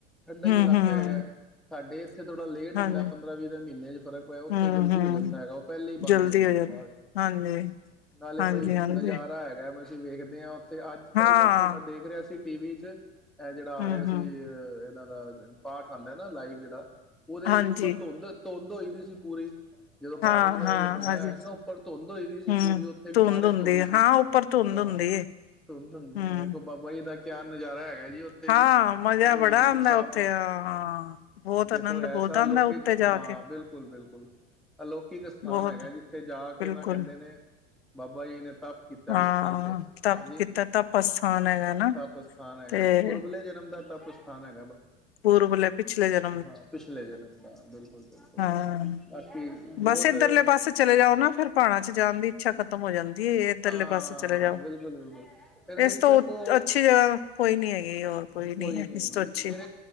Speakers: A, in the centre; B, on the left (about 75°).
A: ਠੰਡਾ
B: ਹੂੰ
A: ਈ ਇਲਾਕਾ
B: ਹੂੰ
A: ਹੈਗਾ ਸਾਡੇ ਇੱਥੇ ਥੋੜਾ ਲੇਟ
B: ਹਾਂਜੀ
A: ਹੁੰਦਾ ਪੰਦਰਾਂ ਵੀਹ ਦੇ ਮਹੀਨੇ ਚ ਫ਼ਰਕ ਪਇਆ ਉੱਥੇ
B: ਹੂੰ
A: ਜਲਦੀ
B: ਹੂੰ
A: ਹੋ ਜਾਂਦਾ ਹੈਗਾ ਉਹ ਪਹਿਲੇਾਂ ਹੀ ਬੰਦ
B: ਜਲਦੀ
A: ਹੋ ਜਾਂਦੇ
B: ਜਾਂਦਾ
A: ਕਵਾੜ
B: ਹਾਂਜੀ
A: ਨਾਲੇ
B: ਹਾਂਜੀ
A: ਬਈ
B: ਹਾਂਜੀ
A: ਨਜ਼ਾਰਾ ਹੈਗਾ ਅਸੀਂ ਵੇਖਦੇ ਆਂ। ਤੇ ਅੱਜ,
B: ਹਾਂ
A: ਕੱਲ੍ਹ, ਪਰਸੋਂ ਮੈਂ ਦੇਖ ਰਿਹਾ ਸੀ। ਟੀਵੀ 'ਚ ਇਹ ਜਿਹੜਾ
B: ਹੂੰ
A: ਆ ਰਿਹਾ ਸੀ
B: ਹੂੰ
A: ਇਹਨਾਂ ਦਾ- ਪਾਠ ਆਂਦਾ ਨਾ ਲਾਈਵ। ਜਿਹੜਾ ਉਦੇ
B: ਹਾਂਜੀ
A: ਵਿੱਚ ਉੱਪਰ ਧੁੰਦ ਧੁੰਦ ਹੋਈ ਦੀ ਸੀ। ਪੂਰੀ ਜਦੋਂ ਬਾਰਿਸ਼
B: ਹਾਂ
A: ਦਾ
B: ਹਾਂ
A: ਏ ਬਣਿਆ
B: ਹਾਂਜੀ
A: ਹੋਇਆ ਹੀ ਨਾ ਉੱਪਰ ਧੁੰਦ ਹੋਈ ਦੀ ਸੀ
B: ਹੂੰ
A: ਪੂਰੀ। ਉੱਥੇ
B: ਧੁੰਦ
A: ਬਾਰਿਸ਼
B: ਹੁੰਦੀ
A: ਹੋ ਰਹੀ
B: ਹੈ
A: ਸੀ।
B: ਹਾਂ ਉੱਪਰ ਧੁੰਦ
A: ਹਾਂ,
B: ਹੁੰਦੀ ਹੈ
A: ਧੁੰਦ ਹੁੰਦੀ
B: ਹੂੰ
A: ਹੈ ਦੇਖੋ ਬਾਬਾ ਜੀ ਦਾ- ਕਿਆ ਨਜ਼ਾਰਾ ਹੈਗਾ ਜੀ ਉੱਥੇ
B: ਹਾਂ
A: ਵੀ
B: ਮਜ਼ਾ
A: ਬਈ
B: ਬੜਾ
A: ਗੁਰੂ
B: ਆਂਦਾ
A: ਸਾਹਿਬ
B: ਉੱਥੇ।
A: ਦਾ
B: ਹਾਂ -ਹਾਂ ਬਹੁਤ-
A: ਦੇਖੋ
B: ਆਨੰਦ
A: ਐਸਾ
B: ਬਹੁਤ ਆਉਂਦਾ
A: ਲੋਕਿਕ
B: ਉੱਤੇ ਜਾ
A: ਹਾਂ
B: ਕੇ
A: ਬਿਲਕੁਲ ਬਿਲਕੁਲ ਅਲੌਕਿਕ ਅਸਥਾਨ
B: ਬਹੁਤ
A: ਹੈਗਾ ਜਿੱਥੇ ਜਾ
B: ਬਿਲਕੁਲ
A: ਕੇ ਨਾ ਕਹਿੰਦੇ ਨੇ ਬਾਬਾ ਜੀ ਨੇ ਤੱਪ ਕੀਤਾ
B: ਹਾਂ
A: ਵੇਖੋ ਉੱਥੇ।
B: ਤਪ
A: ਜੀ
B: ਕੀਤਾ ਤਪ ਅਸਥਾਨ ਹੈਗਾ ਨਾ
A: -ਤਪ ਅਸਥਾਨ ਹੈਗਾ
B: ਤੇ
A: ਪੁਰਬਲੇ ਜਨਮ ਦਾ। ਤਪੁ ਸਥਾਨ ਹੈ
B: ਪੂਰਬਲੇ ਪਿਛਲੇ ਜਨ-
A: ਹਾਂ ਪਿਛਲੇ ਜਨਮ ਦਾ ਬਿਲਕੁਲ ਬਿਲਕੁਲ
B: ਹਾਂ-
A: ਬਾਕੀ
B: ਬਸ
A: ਬਹੁਤ
B: ਇੱਧਰਲੇ ਪਾਸੇ ਚਲੇ ਜਾਓ ਨਾ ਫੇਰ ਪਹਾੜਾਂ ਚ ਜਾਣ ਦੀ ਇੱਛਾ ਖਤਮ ਹੋ ਜਾਂਦੀ ਹੈ ਇੱਧਰਲੇ
A: ਹਾਂ,
B: ਪਾਸੇ ਚਲੇ ਜਾਓ
A: ਬਿਲਕੁਲ- ਬਿਲਕੁਲ। ਫੇਰ ਦੇਖੋ
B: ਇਸ ਤੋਂ
A: ਇੱਕ ਹੋਰ
B: ਅੱਛੀ ਜਗ੍ਹਾ ਕੋਈ ਨੀ ਹੈਗੀ ਹੋਰ
A: ਕੋਈ
B: ਹੈ
A: ਨੀ
B: ਇਸ
A: ਹੈਗੀ।
B: ਤੋਂ ਅੱਛੀ
A: ਫੇਰ